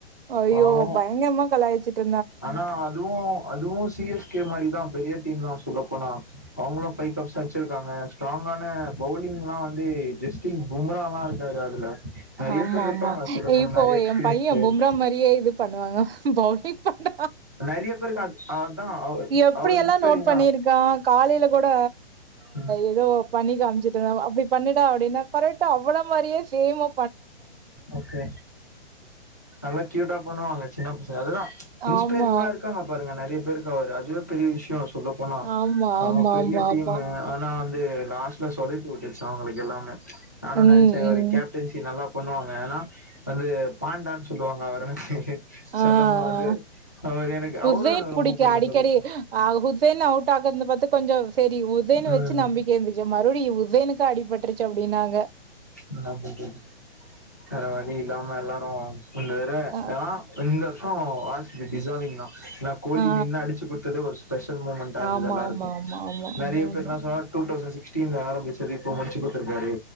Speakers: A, on the right (about 60°); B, on the left (about 15°).
A: ஐயோ
B: பாவோ
A: பயங்கரமா கலாயச்சிட்டு
B: ஆனா அதுவு அதுவு சிஎஸ்கே மாரிதா பெரிய பெரிய டீம் தா சொல்ல போனா அவங்களு ஃபைவ் கப்ஸ் அடிச்சிருக்காங்க ஸ்ட்ராங்கான பவுலிங்லா வந்து ஜஸ்பிரிட் பூம்ராலா இருக்காரு அதுல நெறைய
A: ஆமா
B: பேர் இருக்காங்க
A: ஆமா
B: சொல்ல போனா
A: இப்போ
B: நெறைய எக்ஸ்பீரியன்ஸ்
A: எ பையன்
B: பிளேயர்
A: பும்ரா மாரியே இது பண்ணுவாங்க பவுலிங் பண்ண
B: நெறைய பேருக்கு அது அதா அவ
A: எப்படிய
B: அவர்
A: எல்லா
B: இன்ஸ்பைரிங்கா
A: நோட் பண்ணிருக்கா காலையில கூட
B: ம்
A: ஏதோ பண்ணி காமிச்சுட்டு அப்பி பண்ணுடா அப்பிடின்னா கரெட்டா அவர மாரியே சேம்மா
B: ஓகே நல்லா க்யூட்டா பண்ணுவாங்க சின்ன பசங்க அதுதா இன்ஸ்பேரிங்கா
A: ஆமா,
B: இருக்காங்க பாருங்க நெறை டேயா பேருக்கு அவரூ அதுவே பெரிய விஷயோ சொல்ல போனா
A: ஆமா,
B: ஆ
A: ஆமா,
B: பெரிய
A: ஆமா,
B: டீம்
A: ஆமா.
B: ஆனா ந் து லாஸ்ட்ல சொதப்பிவுட்டுச்சி அவங்களுக்கு எல்லாமே நானு
A: ம்,
B: நெனச்சே
A: ம்.
B: ஒரு கேப்டன்சி நல்லா பண்ணுவாங்க ஏன்னா வந்து பாண்டான்னு சொல்லுவாங்க அவர செல்லமா
A: ஆஆ
B: வந்து அவரு எனக்கு
A: ஹூசைன்
B: அவரு எனக்கு
A: புடிக்கு
B: ரொம்ப
A: அடிக்கடி
B: சொல்லுவ
A: ஹுசைன் அவுட் அக்குனது பாத்து கொஞ்சோ சேரி ஹுசைன்
B: ம்
A: வச்சு நம்பிக்கை இருந்துச்சி மறுபடியு ஹுசைன்க்கு அடிபட்ருச்சி பிப்னாங்க
B: ன்னா பண்றது வேற வழி இல்லாம எல்லாரு உண்டு வேற
A: அ
B: ஏன்னா இந்த ச்சோ ஆர் சி பீ டிசர்விங்தா நா கோலி
A: ஆ
B: நின் அடிச்சி குடுத்தது ஒரு ஸ்பெஷல் மூமெண்ட இருந்துது
A: ஆமா
B: எல்லாருக்கு
A: ஆமா ஆமா ஆமா
B: நெறைய
A: ஆமா
B: பேர்
A: ஆமா
B: என்ன சொன்னா டூ தௌசண்ட் சிக் சிக்ஸ்டின்ல ஆரம்பிச்சது இப்போ முடிச்சிகுத்துருக்காரு